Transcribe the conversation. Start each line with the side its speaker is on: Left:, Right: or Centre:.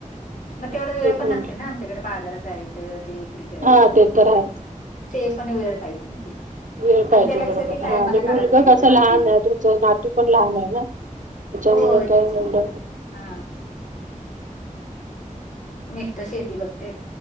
Left: म तेवढा वेळ
Right: तेच
Left: पण
Right: म्हटलं
Left: नसतय ना आमच्याकडं बाजारात जाय च ते विक्री करायचं,
Right: हा ते तर आहे
Left: ते पण वेळ पायजे ना ते
Right: वेळ पायजे
Left: आणि त्याला कसं
Right: बरोबर,
Left: ते टायमाला
Right: हो आणि
Left: काढायला
Right: मुलगा
Left: पाहिजे
Right: कसा
Left: भाजी
Right: लहान आहे तुमचं नातू पण लहान आहे ना. त्याच्यामुळे
Left: होय
Right: काय
Left: तेच की
Right: एवढं
Left: हा मिस्टर शेती बघतेत,